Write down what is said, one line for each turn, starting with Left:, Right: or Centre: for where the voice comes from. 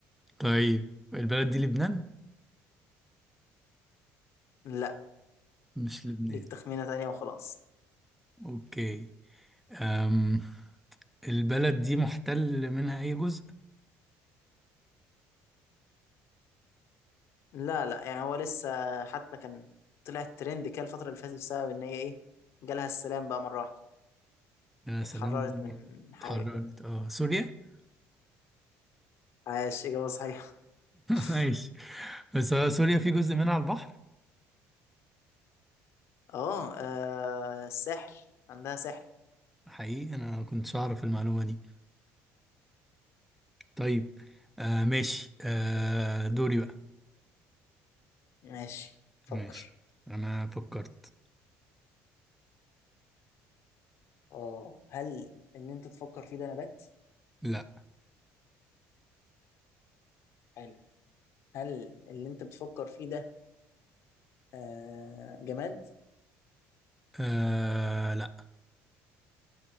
Centre: طيب البلد دي لبنان
Left: لا
Centre: مش لبنان
Left: ليك تخمينة تانية وخلاص
Centre: اوكي أم البلد دي محتل منها اي جزء
Left: لا لا يعني هو لسه حتى كان طلع ترند كده الفترة اللي فاتت بسبب ان هي ايه جالها السلام بقى مرة واحدة
Centre: يا
Left: اتحررت
Centre: سلام والله.
Left: من حاجة
Centre: اتحررت
Left: كده
Centre: اه سوريا <laughs>
Left: عاش إجابة صحيحة <laughs>
Centre: ماشي بس آه، سوريا في جزء منها على البحر
Left: اه آه، الساحل عندها ساحل
Centre: حقيقي انا ما كنتش اعرف المعلومه دي طيب آه ماشي آه
Left: حلو
Centre: دوري بقى
Left: ماشي فكر
Centre: ماشي انا فكرت
Left: اه هل اللي انت تفكر فيه ده نبات
Centre: لا
Left: حلو هل اللي انت بتفكر فيه ده آه جماد
Centre: آه لا